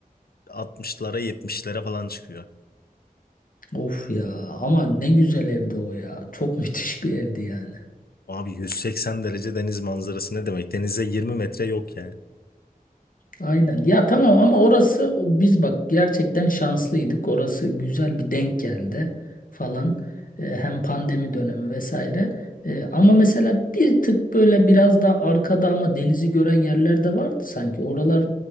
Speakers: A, on the left; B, on the left.
A: e, 60'lara 70'lere falan çıkıyor.
B: Of ya ama ne güzel evdi o ya. Çok <laughs> müthiş bir evdi yani.
A: Abi 180 derece deniz manzarası ne demek? Denize 20 metre yok yani.
B: Aynen. Ya tamam ama orası biz bak gerçekten şanslıydık. Orası güzel bir denk geldi falan. Ee, hem pandemi dönemi vesaire. Ee, ama mesela bir tık böyle biraz da arkada ama denizi gören yerler de vardı sanki. Oralar